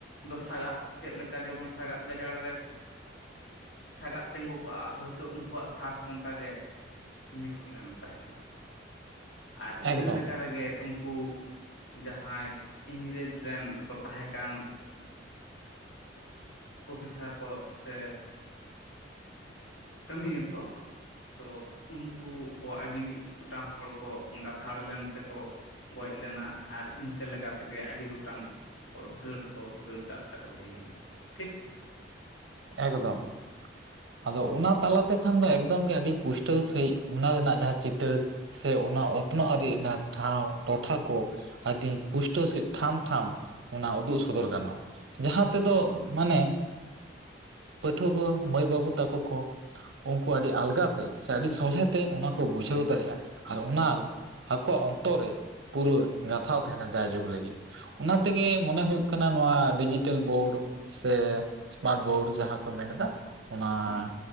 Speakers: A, on the left; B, on the right.
A: ᱫᱚ ᱥᱟᱜᱟᱫ ᱪᱮᱫ ᱞᱮᱠᱟ ᱡᱮᱢᱚᱱ ᱥᱟᱜᱟᱫ ᱜᱟᱡᱟᱲ ᱨᱮ ᱥᱟᱜᱟᱫ ᱛᱤᱸᱜᱩ ᱠᱚᱜᱼᱟ ᱦᱳᱭᱛᱳ ᱩᱱᱠᱩ ᱣᱟᱜ ᱥᱟᱨ ᱦᱚᱸ ᱚᱱᱠᱟ ᱜᱮ ᱧᱩᱨ ᱞᱮᱱ ᱛᱟᱦᱮᱸᱼᱟ ᱟᱨ
B: ᱮᱠᱫᱚᱢ
A: ᱤᱱᱟᱹ ᱞᱮᱠᱟ ᱨᱮᱜᱮ ᱩᱱᱠᱩ ᱡᱟᱦᱟᱸᱭ ᱤᱝᱨᱮᱡᱽ ᱨᱮᱱ ᱠᱚ ᱛᱟᱦᱮᱸ ᱠᱟᱱ ᱚᱯᱷᱤᱥᱟᱨ ᱠᱚ ᱥᱮ ᱠᱟᱹᱢᱤᱭᱟ ᱠᱚ ᱛᱚ ᱩᱱᱠᱩ ᱠᱚ ᱟᱹᱰᱤ ᱜᱚᱴᱟᱝ ᱦᱚᱲ ᱠᱚ ᱜᱟᱛᱷᱟᱲ ᱞᱮᱱ ᱛᱮᱸᱠᱚ ᱜᱚᱡ ᱞᱮᱱᱟ ᱟᱨ ᱤᱱᱠᱟᱹ ᱞᱮᱠᱟ ᱛᱮᱸᱜᱮ ᱟᱹᱰᱤ ᱜᱚᱴᱟᱝ ᱫᱟᱹᱲ ᱦᱚᱸᱠᱚ ᱫᱟᱹᱲ ᱠᱟᱜ ᱛᱟᱠᱚ ᱜᱮᱭᱟ ᱡᱟᱹᱱᱤᱡ ᱴᱷᱤᱠ ᱥᱮ
B: ᱮᱠᱫᱚᱢ ᱟᱫᱚ ᱚᱱᱟ ᱛᱟᱞᱟ ᱛᱮ ᱠᱷᱟᱱ ᱫᱚ ᱮᱠᱫᱚᱢ ᱜᱮ ᱟᱹᱰᱤ ᱯᱩᱥᱴᱟᱹᱣ ᱥᱟᱺᱦᱤᱡᱽ ᱚᱱᱟ ᱨᱮᱱᱟᱜ ᱡᱟᱦᱟᱸ ᱪᱤᱛᱟᱹᱨ ᱥᱮ ᱚᱱᱟ ᱚᱛᱱᱚᱜ ᱟᱹᱨᱤ ᱨᱮᱱᱟᱜ ᱴᱷᱟᱶ ᱴᱚᱴᱷᱟ ᱠᱚ ᱟᱹᱰᱤ ᱯᱩᱥᱴᱟᱹᱣ ᱥᱮᱫ ᱴᱷᱟᱢ ᱴᱷᱟᱢ ᱚᱱᱟ ᱩᱫᱩᱜ ᱥᱚᱫᱚᱨ ᱜᱟᱱᱚᱜᱼᱟ ᱡᱟᱦᱟᱸ ᱛᱮᱫᱚ ᱢᱟᱹᱱᱮ ᱯᱟᱹᱴᱷᱩᱣᱟᱹ ᱢᱟᱹᱭ ᱵᱟᱹᱵᱩ ᱛᱟᱠᱚ ᱠᱚ ᱩᱱᱠᱩ
A: ᱦᱩᱸ
B: ᱟᱹᱰᱤ ᱟᱞᱜᱟᱛ ᱛᱮ ᱥᱮ ᱟᱹᱰᱤ ᱥᱚᱞᱦᱮ ᱛᱮ ᱚᱱᱟ ᱠᱚ ᱵᱩᱡᱷᱟᱹᱣ ᱫᱟᱲᱮᱭᱟᱜᱼᱟ ᱟᱨ ᱚᱱᱟ ᱟᱠᱚᱣᱟᱜ ᱚᱱᱛᱚᱨ ᱨᱮ ᱯᱩᱨᱟᱹ
A: ᱦᱩᱸ
B: ᱜᱟᱛᱷᱟᱼᱣ ᱛᱟᱦᱮᱱᱟᱹ ᱡᱟᱭᱡᱩᱜᱽ ᱞᱟᱹᱜᱤᱫ ᱚᱱᱟ ᱛᱮᱹᱜᱮ ᱢᱚᱱᱮ ᱦᱩᱭᱩᱜ ᱠᱟᱱᱟ ᱱᱚᱣᱟ ᱰᱤᱡᱤᱴᱮᱞ ᱵᱳᱲ ᱥᱮ ᱮᱥᱢᱟᱨᱴ ᱵᱳᱲ ᱡᱟᱦᱟᱸ ᱠᱚ ᱢᱮᱱ ᱮᱫᱟ ᱚᱱᱟ
A: ᱦᱩᱸ